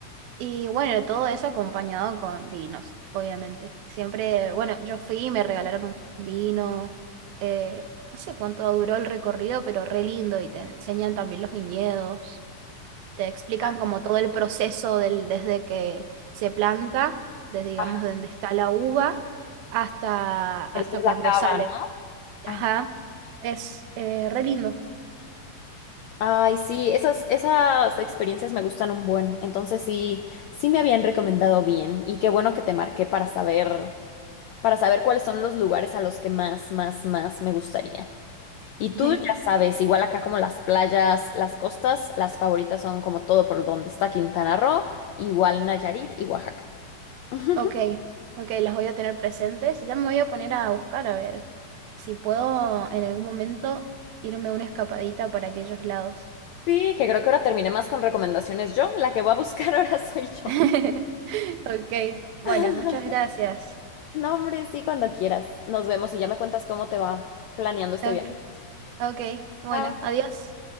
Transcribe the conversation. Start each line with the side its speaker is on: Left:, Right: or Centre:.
Right: Y bueno, todo eso acompañado con vinos, obviamente. Siempre, bueno, yo fui y me regalaron un vino. eh, no sé cuánto duró el recorrido, pero re lindo. Y te enseñan también los viñedos. Te explican
Left: Ajá.
Right: como todo el proceso del, desde que se planta, desde digamos
Left: Ajá.
Right: donde está la uva, hasta, hasta
Left: Después
Right: cuando
Left: la cava,
Right: sale.
Left: ¿no? Ajá.
Right: Ajá, es eh, re lindo.
Left: Ay, sí, esas, esas experiencias me gustan un buen. Entonces sí, sí me habían recomendado bien. Y qué bueno que te marqué para saber, para saber cuáles son los lugares a los que más, más, más me gustaría. Y tú
Right: <laughs>
Left: ya sabes, igual acá como las playas, las costas, las favoritas son como todo por donde está Quintana Roo, igual Nayarit y Oaxaca. <laughs>
Right: Ok, ok, los voy a tener presentes. Ya me voy a poner a buscar a ver si puedo en algún momento irme a una escapadita para aquellos lados.
Left: Sí, que creo que ahora terminé más con recomendaciones yo, la que voy a buscar <laughs> ahora soy yo.
Right: <laughs> Ok, bueno,
Left: <laughs>
Right: muchas gracias.
Left: No, hombre, sí, cuando quieras. Nos vemos y ya me cuentas cómo te va planeando este
Right: Ok,
Left: viaje.
Right: ok, bueno,
Left: Chao.
Right: adiós.